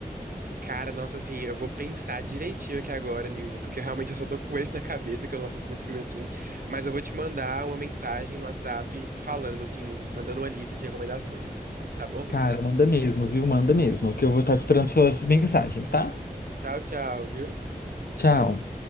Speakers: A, on the right; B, on the left.
A: Cara, nossa, assim, eu vou pensar direitinho aqui agora nenhum, porque realmente eu só tô com esse na cabeça, que eu não assisto muito filme assim. Mas eu vou te mandar uma mensagem no WhatsApp falando, assim, mandando uma lista de recomendações. Tá bom?
B: Cara, manda mesmo, viu? Manda mesmo, que eu vou estar esperando suas mensagens, tá?
A: Tchau, tchau, viu?
B: Tchau.